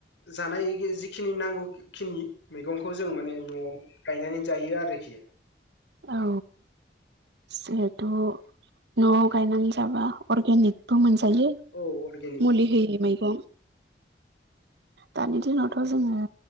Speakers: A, on the left; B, on the right.
A: जानाय जिखिनि नांगौखिनि मैगंखौ जों माने न'आव गायनानै जायो आरोखि
B: औ जहेथ' न'आव गायनानै जाबा अरगेनिक ब मोनजायो
A: औ अरग
B: मुलि होयि मैगं दानि दिनावथ' जोङो